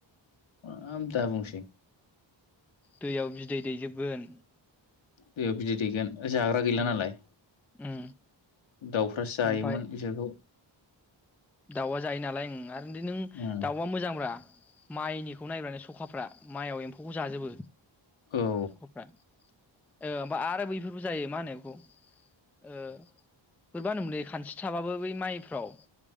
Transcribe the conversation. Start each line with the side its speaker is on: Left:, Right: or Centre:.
Left: <unintelligible> दा बुंसै
Centre: दैयाव बिदै दैजोबगोन।
Left: दैयाव बिदै दैगोन जाग्रा गैला
Centre: उम
Left: नालाय,
Centre: उम
Left: दाउफ्रासो जायोमोन
Centre: ओमफाय
Left: बिसोरखौ
Centre: दाउआ जायो नालाय ओं आरो इदि नों
Left: उम
Centre: दाउआ मोजांब्रा। माइनिखौ नायबानो सखाफ्रा माइआव एम्फौखौ जाजोबो।
Left: औ
Centre: सखाफ्रा। ओ बा आरो बैफोरबो जायो मा होनो बेखौ ओ बोरैबा होनोमोनलै खानस्रि थाबाबो बै माइफ्राव